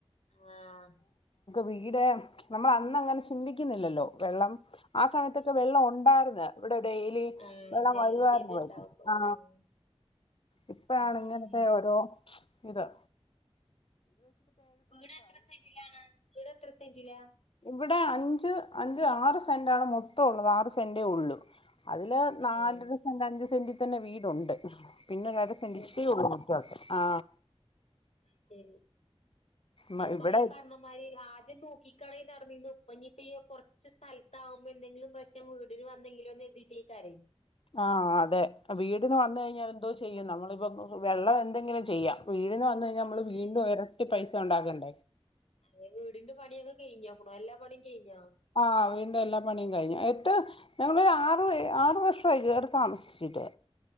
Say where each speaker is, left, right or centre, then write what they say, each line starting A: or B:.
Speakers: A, on the left; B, on the left.
A: ആഹ്
B: വീടെ നമ്മൾ അന്ന് അങ്ങനെ ചിന്തിക്കുന്നില്ലല്ലോ വെള്ളം ആ
A: അത്
B: സമയത്തൊക്കെ
A: ശരിയാണ്
B: വെള്ളം ഉണ്ടായിരുന്നു. ഇവിടെ ഡെയിലി
A: ആഹ്
B: വെള്ളം
A: ജലനിധിന്റെ
B: വരുവാരുന്നു പൈപ്പി
A: ഉണ്ടാവും
B: ആ
A: ആഹ്
B: ഇപ്പഴാണ്
A: അത്
B: ഇങ്ങനത്തെ
A: ശരിയാണ്
B: ഓരോ ശ് ഇതാ
A: വീട്എത്ര സെന്റിലാണ്? വീട് എത്ര സെന്റിലാ?
B: ഇവിടെ അഞ്ച് അഞ്ച് ആറ് സെൻ്റാണ് മൊത്തഉള്ളത് ആറ് സെൻ്റെ ഉള്ളൂ. അതില് നാലര
A: ആഹ്
B: സെൻ്റ്, അഞ്ച് സെന്റ് തിതന്നെ വീടുണ്ട്. പിന്നെ രണ്ട് സെൻ്റ്
A: വീടുണ്ട്
B: ഇച്ചിരിയെ ഒള്ള് മിറ്റഒക്കെ. ആ
A: അതുശരി
B: മ
A: അ ഉപ്പാ
B: ഇവിടെ
A: ഈ പറഞ്ഞമാതിരി ആദ്യം നോക്കിക്കാണെ നടന്നിരുന്ന് ഉപ്പ ഇന്നിപ്പി കൊറ ച്ച് സ്ഥലത്താകുമ്പോ എന്തെങ്കിലും പ്രശ്നം വീടിന് വന്നെങ്കിലോന്ന് കരുതീട്ട ഈ കര
B: ആഹ് അതെ വീടിന് വന്നുകഴിഞ്ഞാൽ എന്തോ ചെയ്യും നമ്മളിപ്പൊ വെള്ളം എന്തെങ്കിലും ചെയ്യാം വീടിന് വ വന്ന് കഴിഞ്ഞാ നമ്മള്
A: അതെ
B: വീണ്ടും ഇരട്ടി പൈസ ഉണ്ടാക്ക <inaudible>
A: അതെ വീടിന്റെ പണിയൊക്കെ കഴിഞ്ഞോക്ണോ എല്ലാ പണിയും കഴിഞ്ഞോ
B: ആഹ് വീടിൻ്റെ എല്ലാ പണിയും കഴിഞ്ഞു എത്ത് ഞങ്ങളൊരു ആറ് ആറ് വർഷവായി കേറി താമസിച്ചിട്ട്